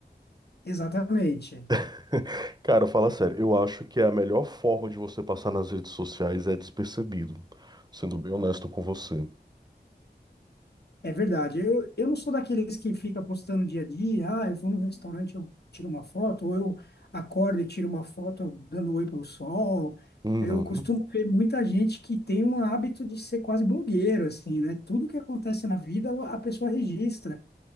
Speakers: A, on the left (about 65°); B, on the right (about 25°).
A: Exatamente.
B: <laughs> Cara, fala sério, eu acho que é a melhor forma de você passar nas redes sociais é despercebido, sendo bem honesto com você.
A: É verdade. Eu, eu não sou daqueles que fica postando dia a dia. Ah, eu vou num restaurante, eu tiro uma foto, ou eu acordo e tiro uma foto dando oi pro sol.
B: Uhum.
A: Eu costumo ver muita gente que tem um hábito de ser quase blogueiro, assim, né? Tudo que acontece na vida, a pessoa registra.